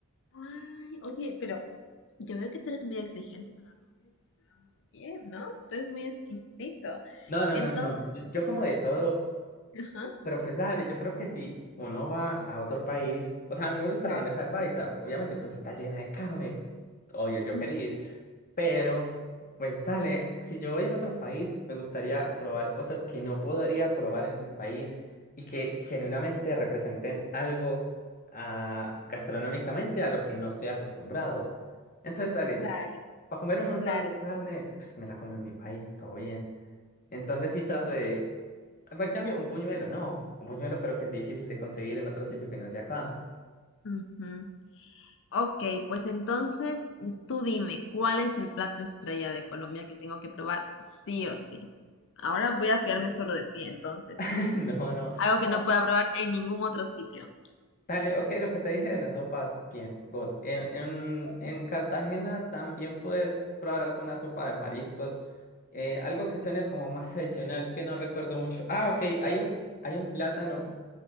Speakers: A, on the left; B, on the left.
A: Ay, oye, pero yo veo que tú eres muy exigente con la comida también, ¿no? Tú eres muy exquisito.
B: No, no,
A: Entonces,
B: no, no, no. Yo, yo como de todo,
A: ajá,
B: pero pues dale, yo creo que si uno va a otro país, o sea, a mí me gusta
A: claro,
B: la bandeja de paisa, obviamente pues está llena de carne, obvio, yo
A: ujú,
B: feliz, pero pues dale, si yo voy a otro país, me gustaría probar cosas que no podría probar en mi país y que genuinamente representen algo ah, gastronómicamente a lo que no estoy acostumbrado. Entonces, dale,
A: claro,
B: para comer un montón
A: claro.
B: de carne, pues me la como en mi país, todo bien. Entonces sí trato de... En cambio, un puñuelo, no. Un puñuelo creo que es difícil de conseguir en otro sitio que no sea acá.
A: Ujú. Ok, pues entonces tú dime, ¿cuál es el plato estrella de Colombia que tengo que probar sí o sí? Ahora
B: No,
A: voy a fiarme solo de ti, entonces.
B: <laughs> No, no.
A: Algo que
B: Ah,
A: no pueda probar en ningún otro sitio.
B: Dale, ok, lo que te dije de las sopas, bien, God. En, en,
A: Sopas.
B: en Cartagena también puedes probar alguna sopa de mariscos. Eh, algo que suene como más <laughs> tradicional, es que no recuerdo mucho. Ah, ok, hay un, hay un plátano